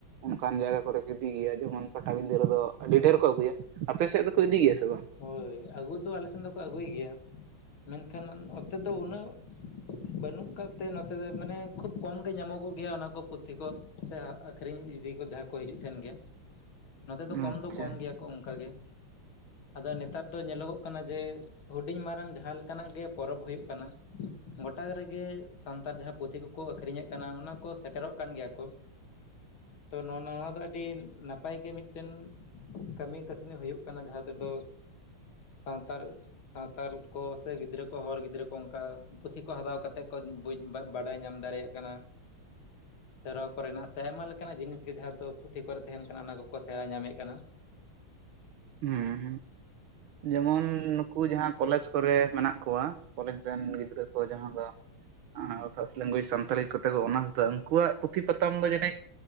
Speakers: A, on the right; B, on the left.
A: ᱚᱱᱠᱟᱱ ᱡᱟᱭᱜᱟ ᱠᱚᱨᱮ ᱠᱚ ᱤᱫᱤ ᱜᱮᱭᱟ ᱡᱮᱢᱚᱱ ᱯᱟᱴᱟᱵᱤᱸᱫᱷᱟᱹ ᱨᱮᱫᱚ ᱟᱹᱰᱤ ᱰᱷᱮᱨ ᱠᱚ ᱟᱹᱜᱩᱭᱟ ᱾ ᱟᱯᱮ ᱥᱮᱫ ᱫᱚᱠᱚ ᱤᱫᱤ ᱜᱮᱭᱟ ᱥᱮ ᱵᱟᱝ?
B: ᱦᱚᱭ ᱟᱹᱜᱩ ᱫᱚ ᱟᱞᱮ ᱥᱮᱱ ᱫᱚᱠᱚ ᱟᱹᱜᱩᱭ ᱜᱮᱭᱟ ᱢᱮᱱᱠᱷᱟᱱ ᱱᱚᱛᱮ ᱫᱚ ᱩᱱᱟᱹᱜ ᱵᱟᱹᱱᱩᱜ ᱠᱟᱫ ᱛᱮ ᱱᱚᱛᱮ ᱫᱚ ᱢᱟᱱᱮ ᱠᱷᱩᱵᱽ ᱠᱚᱢ ᱜᱮ ᱧᱟᱢᱚᱜᱚᱜ ᱜᱮᱭᱟ ᱚᱱᱟᱠᱚ ᱯᱩᱛᱷᱤ ᱠᱚ ᱥᱮ ᱟᱹᱠᱷᱨᱤᱧ ᱤᱫᱤ ᱠᱚ ᱡᱟᱦᱟᱸ ᱠᱚ ᱦᱤᱡᱩᱜ ᱛᱟᱦᱮᱸᱱ ᱜᱮᱭᱟ ᱱᱚᱛᱮ ᱫᱚ ᱠᱚᱢ
A: ᱟᱪᱪᱷᱟ
B: ᱫᱚ ᱠᱚᱢ ᱜᱮᱭᱟ ᱠᱚ ᱚᱱᱠᱟ ᱜᱮ ᱟᱫᱚ ᱱᱮᱛᱟᱨ ᱫᱚ ᱧᱮᱞᱚᱜᱚᱜ ᱠᱟᱱᱟ ᱡᱮ ᱦᱩᱰᱤᱧ ᱢᱟᱨᱟᱝ ᱡᱟᱦᱟᱸ ᱞᱮᱠᱟᱱᱟᱜ ᱜᱮ ᱯᱚᱨᱚᱵᱽ ᱦᱩᱭᱩᱜ ᱠᱟᱱᱟ ᱾ ᱜᱚᱴᱟ ᱨᱮᱜᱮ ᱥᱟᱱᱛᱟᱲ ᱡᱟᱦᱟᱸ ᱯᱩᱛᱷᱤ ᱠᱚᱠᱚ ᱟᱹᱠᱷᱨᱤᱧ ᱮᱫ ᱠᱟᱱᱟ ᱚᱱᱟ ᱠᱚ ᱥᱮᱴᱮᱨᱚᱜ ᱠᱟᱱ ᱜᱮᱭᱟ ᱠᱚ ᱾ <inaudible> ᱛᱚ ᱱᱚᱜ ᱱᱚᱣᱟ ᱫᱚ ᱟᱹᱰᱤ ᱱᱟᱯᱟᱭ ᱜᱮ ᱢᱤᱫᱴᱮᱱ ᱠᱟᱹᱢᱤ ᱠᱟᱹᱥᱱᱤ ᱦᱩᱭᱩᱜ ᱠᱟᱱᱟ ᱡᱟᱦᱟᱸ ᱫᱚ ᱛᱮᱫᱚ ᱥᱟᱣᱛᱟᱞ ᱥᱟᱣᱛᱟᱞ ᱠᱚ ᱥᱮ ᱜᱤᱫᱽᱨᱟᱹ ᱠᱚ ᱦᱚᱲ ᱜᱤᱫᱽᱨᱟᱹ ᱠᱚ ᱚᱱᱠᱟ ᱯᱩᱛᱷᱤ ᱠᱚ ᱦᱟᱛᱟᱣ ᱠᱟᱛᱮᱫ ᱠᱚ ᱵᱩᱡᱷ ᱵᱟᱰᱟᱭ ᱧᱟᱢ ᱫᱟᱲᱮᱭᱟᱜ ᱠᱟᱱᱟ ᱾ ᱥᱮᱨᱣᱟ ᱠᱚᱨᱮᱱᱟᱜ ᱥᱮ ᱟᱭᱢᱟ ᱞᱮᱠᱟᱱᱟᱜ ᱡᱤᱱᱤᱥ ᱜᱮ ᱡᱟᱦᱟᱸ ᱫᱚ ᱯᱩᱛᱷᱤ ᱠᱚᱨᱮ ᱛᱟᱦᱮᱸᱱ ᱠᱟᱱᱟ ᱚᱱᱟ ᱠᱚᱠᱚ ᱥᱮᱲᱟ ᱧᱟᱢᱮᱫ ᱠᱟᱱᱟ ᱾
A: ᱦᱩᱸ ᱦᱩᱸ ᱡᱮᱢᱚᱱ ᱱᱩᱠᱩ ᱡᱟᱦᱟᱸ ᱠᱚᱞᱮᱡᱽ ᱠᱚᱨᱮ ᱢᱮᱱᱟᱜ ᱠᱚᱣᱟ ᱠᱚᱞᱮᱡᱽ ᱨᱮᱱ ᱜᱤᱫᱽᱨᱟᱹ ᱠᱚ ᱡᱟᱦᱟᱸ ᱫᱚ ᱟᱻ ᱯᱷᱟᱥᱴ ᱞᱮᱝᱜᱩᱭᱮᱡᱽ ᱥᱟᱱᱛᱟᱞᱤ ᱠᱚᱛᱮ ᱠᱚ ᱚᱱᱟᱨᱥ ᱫᱟ ᱩᱱᱠᱩᱣᱟᱜ ᱯᱩᱛᱷᱤ ᱯᱟᱛᱷᱢ ᱫᱚ ᱡᱟᱹᱱᱤᱡ